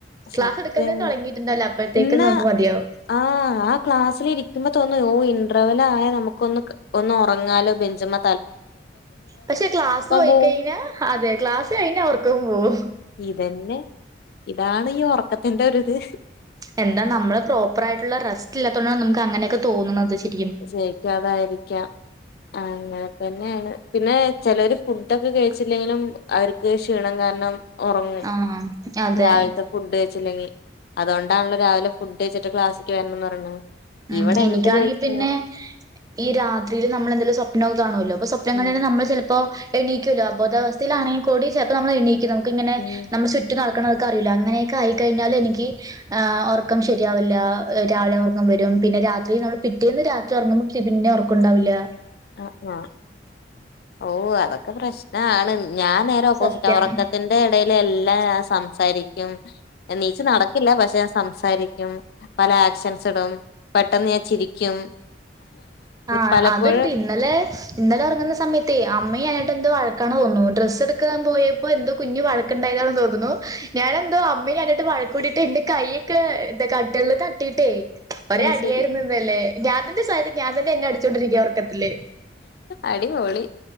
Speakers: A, on the right; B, on the left.
A: ക്ലാസ്
B: സത്യം
A: എടുക്കുന്നേ തുടങ്ങിയിട്ട്ണ്ടവ് ല്ല അപ്പോഴത്തേക്ക്
B: ഇന്ന്
A: നമുക്ക് മതിയാവും
B: ആ ആആ ക്ലാസ്സൽ ഇരിക്കുമ്പോ തോന്നു മ്പോ ഓയിൻ ഡ്രവല്ലായ നമുക്കൊന്ന് ഒന്ന് ഉറങ്ങാലോ ബെഞ്ച്മ
A: പക്ഷെ ക്ലാസ് ഓയി
B: പോവും
A: കഴിഞ്ഞാ അതെ ക്ലാസ് കഴിഞ്ഞ ഒർക്കം പോവും
B: ഇതന്നെ ഇതാണ് ഈ ഒ റക്കത്തിന്റെ ഒരുത്
A: എന്താ നമ്മള് പ്രോപ്പർ ആയിട്ടുള്ള റെസ്റ്റ് ഇല്ലാത്തൊണ്ടാണ് നമുക്ക് അങ്ങനെയൊക്കെ തോന്നുന്നത് ശര്
B: ജയിക്കാതായിരിക്കാം അങ്ങന് പിന്നെയാണ് പിന്നെ ചെലോര് ഫുഡൊക്കെ കഴിച്ചില്ലെങ്കിലും അവർക്ക് ക്ഷീണം കാരണം ഒ റങ്ങും
A: ആഹ് അതെ
B: രാവിലത്തെ ഫുഡ് കഴിച്ചല്ലങ്ങി അതുകൊണ്ടാണല്ലോ രാവിലെ ഫുഡ്കെയിച്ചിട്ട് ക്ലാസ്സിക്ക് വരണംന്ന് പറയ ണ്
A: ഉം
B: ഇവിടെ
A: എനിക്കാണെങ്കി
B: എന്ത്കെച്ചിട്ട്
A: പിന്നെ
B: പറഞ്ഞത് കൊണ്ട് കഴി
A: ഈ രാത്രീല് നമ്മള് എന്തെങ്കിലും സ്വപ്നവുംഒ ക്കെ കാനൂലെ അപ്പൊ സ്വപനം
B: ഉം
A: കണ്ടിട്ട് നമ്മള് ചെലപ്പോ എണീക്കൂല്ലോബോധാവസ്ഥയിലാണെങ്കി കൂടി ചിലപ്പോ നമ്മള് എണീക്കും നമുക്ക ഇങ്ങനെ
B: ഉം
A: നമ്മളു ചുറ്റും നടക്കണത് ക്കറിയില്ല അങ്ങനെയൊക്കെ ആയിക്കഴിഞ്ഞാല് എനിക്ക് ഒറക്കം ശരിയാവില്ല രാവിലെ വരും പിന്നെ രാത്രി നമ്മള് പിറ്റേന്ന് രാത്രി ഒറങ്ങുമ്പോക്കി പിന്നെ ഒറക്കുണ്ടാവില്ല്യ.
B: ആ ആ ഓ അതൊക്കെ പ്രശ് നാണ് ഞാൻ നേരെ ഓപ്പോസിറ്റ
A: സത്യം
B: ഒറക്കത്തിന്റെ എ ടേല് എല്ലാം ഞാൻ സംസാരിക്കും എണീച്ച് നടക്കില്ല പക്ഷെ ഞാൻ സംസാരി ക്കും പല ആക്ഷൻസിടും പെട്ടെന്ന് ഞാൻ ചിരിക്കും
A: ആ
B: പലപ്പോഴും
A: അത്ണ്ട് ഇന്നലെ ഇന്നലെ ഒറങ്ങുന്ന സമയത്തേ അമ്മയു ഞാനായിട്ടെന്ത് വഴക്കാണ് തോന്നുണു ഡ്രസ്സ് എടുക്കാൻ പോയ പ്പൊ എന്തോ കുഞ്ഞ് വഴക്ക്ണ്ടായതാണ് തോന്നുണു ഞാനെന്തോ അമ്മയും ആയിട്ട് വഴക്കൂടിട്ട് എന്റെ കൈ ഒക്കെ കട്ടില് തട്ടിട്ടേ ഒരേ
B: അത്
A: അടിയായിര്ന്നിന്നലെ
B: ശരി
A: ഞാൻ തന്നെ <unintelligible> <unintelligible> <inaudible> ഞാൻ തന്നെ എന്നെ അടിച്ചോണ്ടിരിക്ക ഒറക്കത്തില്.
B: അടിപൊളി